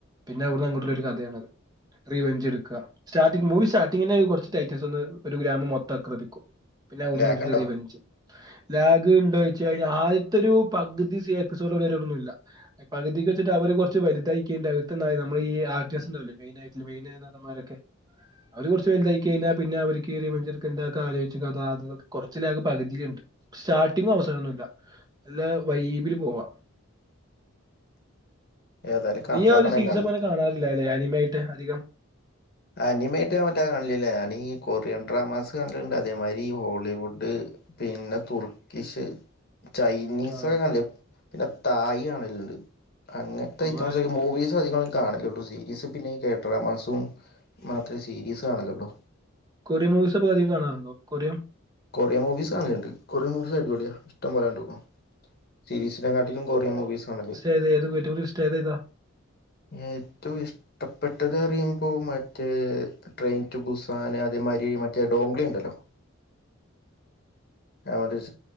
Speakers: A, on the right; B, on the left.
A: പിന്നെ അവിടുന്ന് അങ്ങോട്ടുള്ളൊരു കഥയാണത് റിവഞ്ചെടുക്കുക. സ്റ്റാർട്ടിങ് മൂവി സ്റ്റാർട്ടിങ്ങെന്നെ കൊറച്ച് ടൈറ്റംസ് വന്ന് ഒരു ഗ്രാമം മൊത്താക്രമിക്കും. പിന്നെ അവടെന്ന്ങ്ങട്ട്ള്ള
B: ലാഗ് ഉണ്ടോ
A: റിവഞ്ച് ലാഗ് ഉണ്ടോയ് ച്ച് കയ്ഞ്ഞ ആദ്യത്തൊരു പകുതി സി എപ്പിസോഡ് വരെ ഒന്നുല്ല. പകുതിക്ക് വച്ചട്ട് അവര് കുറച്ച് വലുതായിക്കേണ്ട് അവർക്ക്ണ്ടായ നമ്മളീ ആർ ടി എസ്ഉണ്ടാവില്ലേ മെയിനായിട്ടള്ള മെയിന്. ഈ നടന്മാരൊക്കെ അവര് കുറച്ച് വൽതായികയ്ഞ്ഞാ പിന്നെ അവർക്ക് റിവഞ്ച്ട്ക്കേണ്ടാക്കെ ആലോയ്ചു കഥ അത്. കുറച്ച് ലാഗ് പകുതീലുണ്ട് സ്റ്റാർട്ടിങും അവസാനൊന്നും. ല്ല നല്ല വൈബില് പോവാ.
B: ഏതായാലും കണ്ടോക്കണം
A: നീ ഒരു സീരീസൊ പോ അങ്ങനെ കാണാറില്ല ല്ലെ അനിമായിട്ട് അധികം.
B: അനിമായിട്ട് മറ്റാ കാണലില്ലാ ഞാനീ കൊറിയൻ ഡ്രാമാസ് കാണലുണ്ട് അതേമാതിരി ഹോളിവുഡ്. പിന്നെ തുർക്കിഷ്. ചൈനീസൊക്കെ
A: ആ
B: കണ്ട് പിന്നെ തായി കാണല്ണ്ട്. അങ്ങനത്തെ
A: ഓ,
B: ഐറ്റംസൊക്കെ
A: ആ
B: മൂവീസും അധികം കാണല്ലൊള്ളൂ സീരീസ് പിന്നെ ഈ കേ ഡ്രാമാസും. മാത്രേ സീരീസ് കാണലൊള്ളൂ.
A: കൊറിയം മൂവിസൊക്കെ അധികം കാണാറുണ്ടോ കൊറിയം.
B: കൊറിയ മൂവീസ് കാണലുണ്ട് കൊറിയ മൂവീസ് അടിപൊളിയാ ഇഷ്ടം പോലെ കണ്ടു. സീരീസിനെ കാട്ടിലും കൊറിയൻ മൂവീസാ കാണല്.
A: ഏത് ഏത് യൂട്യൂബില് ഇസ്റ്റായത് ഏതാ.
B: ഏറ്റവും ഇഷ്ടപ്പെട്ടത് അറിയുമ്പോ മറ്റേ. ട്രെയിൻ ടു ബുസാന് അതേമാതിരി മറ്റേ ഡോംഗ്ലി ഉണ്ടല്ലോ. എവടിസ്